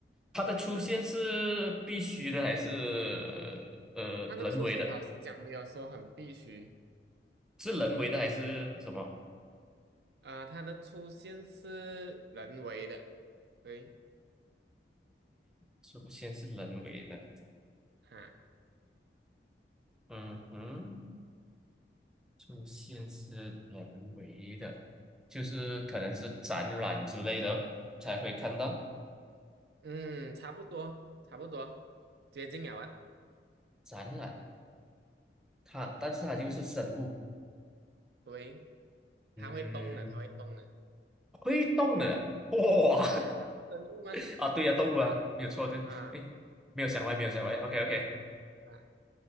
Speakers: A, in the centre; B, on the right.
A: 它的出现是必须的还是呃人为的？
B: 是是，它的出现老实讲没有说很必须。
A: 是人为的还是什么？
B: 呃，它的出现是人为的，对，
A: 出现是人为的。
B: 哈，
A: 嗯哼，出现是人为的，就是可能是展览之类的才会看到
B: 嗯，差不多，差不多，接近了啊，
A: 展览。它，但是它就是生物，
B: 对，
A: 嗯，
B: 它会动的，它会动的，
A: 会动的，哇，
B: 啊，它是生物吗？
A: <laughs> 啊，对呀、动物啊，没有错，对，
B: 啊，
A: 哎，没有想歪，没有想歪，OK OK，
B: 啊，